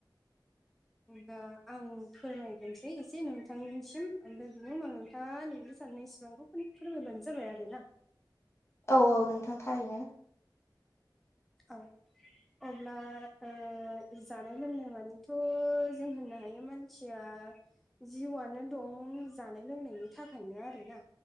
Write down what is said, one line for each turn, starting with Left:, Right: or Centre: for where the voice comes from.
Centre: होमबा आं फोरमायगोरनोसै एसे नोंथांनिसिम ओमफ्राय बेनि उनाव नोंथाङा नोंनि साननाय सिबांखौ। एसे फोरमायबानो जाबाय आरो ना।
Left: औ औ नोंथां थारैनो।
Centre: औ। अब्ला ओ जानाय लोंनाय मानिथ' जों होननो हायो मानसिया। जिवयानो होन जानाय लोंनायनि थाखायनो आरोना।